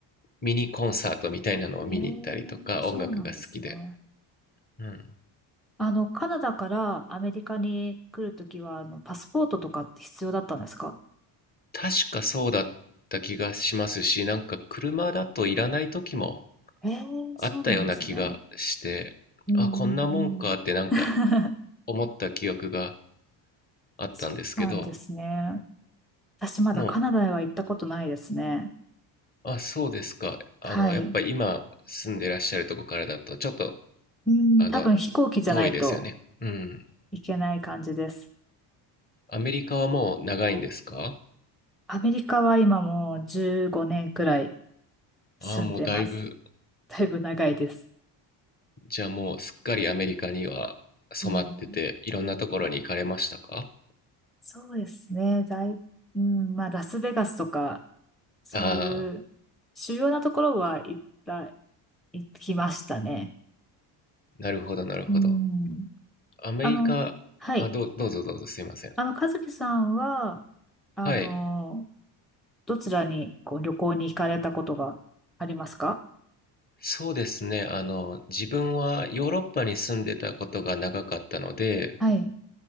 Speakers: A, on the left; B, in the centre.
A: ミニコンサートみたいなのを見に行ったりとか音楽が好きで、
B: うん。えー、そうなんですね。
A: うん、
B: あの、カナダからアメリカに来るときは、あの、パスポートとかって必要だったんですか
A: 確かそうだった気がしますしなんか車だといらない時も
B: ええー、
A: あったような気がしてあこんなもんかってなんか
B: そうなんですね。うんうんうん。<laughs>
A: 思った記憶があったんですけど
B: そうなんですね。私まだカナダへは行ったことないですね。
A: もうあそうですかあのやっぱり今住んでらっしゃるとこからだとちょっと
B: はい。うん、
A: あの
B: 多分飛行機じゃないと
A: 遠いですよねうん
B: いけない感じです。
A: アメリカはもう長いんですか
B: アメリカは今もう15年くらい
A: ああもうだいぶ
B: 住んでます。だいぶ長いです。
A: じゃあもうすっかりアメリカには染まってて、
B: うん、
A: いろんなところに行かれましたか
B: そうですね。だい、うん、まあ、ラスベガスとかそういう主要なところは行った、
A: ああ、
B: 行きましたね。
A: なるほど、なるほど。
B: うん。
A: アメリカ、
B: あの、はい。
A: あ、どう、どうぞどうぞすいません。
B: あの、和樹さんは、あの、
A: はい。
B: どちらにこう旅行に行かれたことがありますか
A: そうですね。あの、自分はヨーロッパに住んでたことが長かったので、
B: はい。